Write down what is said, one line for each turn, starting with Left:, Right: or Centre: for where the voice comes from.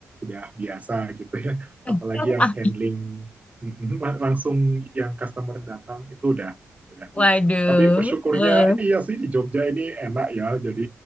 Right: udah biasa gitu ya,
Left: Eh,
Right: apalagi yang
Left: Ah,
Right: handling <laughs> langsung yang customer datang itu udah udah biasa.
Left: waduh.
Right: Tapi bersyukurnya
Left: Eh,
Right: iya sih di Jogja ini enak ya, jadi